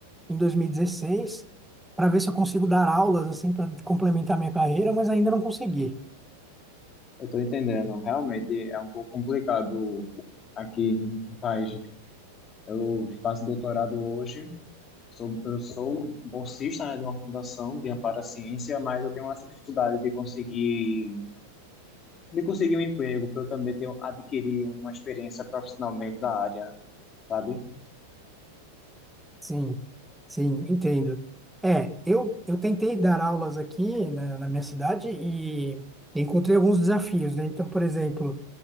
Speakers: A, in the centre; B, on the left.
A: em 2016 para ver se eu consigo dar aulas assim para complementar minha carreira, mas ainda não consegui.
B: Eu estou entendendo. Realmente é um pouco complicado aqui no país. Eu faço doutorado hoje. Sou, eu sou um bolsista, né, de uma fundação de amparo à ciência, mas eu tenho essa dificuldade de conseguir de conseguir um emprego, para eu também ter, um, adquirir uma experiência profissionalmente da área, sabe?
A: Sim, sim, entendo. É, eu, eu tentei dar aulas aqui na, na minha cidade e encontrei alguns desafios, né? Então, por exemplo